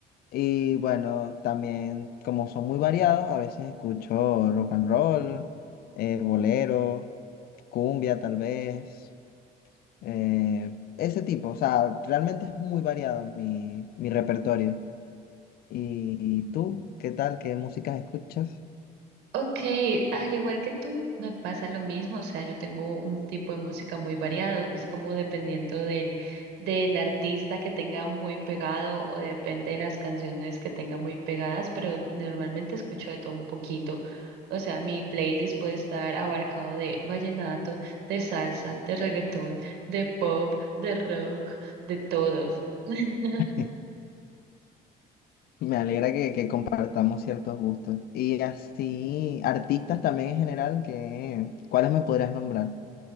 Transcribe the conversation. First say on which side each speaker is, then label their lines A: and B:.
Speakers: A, on the left (about 65°); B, on the right (about 80°).
A: Y bueno, también como son muy variados, a veces escucho rock and roll, eh, bolero. cumbia tal vez, eh, ese tipo, o sea, realmente es muy variado mi, mi repertorio. ¿Y tú, qué tal? ¿Qué músicas escuchas?
B: Ok, al igual que tú, me pasa lo mismo, o sea, yo tengo un tipo de música muy variado, es como dependiendo del, del artista que tenga muy pegado o depende de las canciones que tenga muy pegadas, pero normalmente escucho de todo un poquito, o sea, mi playlist puede estar abarcado de vallenato, de salsa, de reggaetón, de pop, de rock, de todo. <laughs>
A: <laughs> Me alegra que, que compartamos ciertos gustos. Y así, artistas también en general, que, ¿cuáles me podrías nombrar?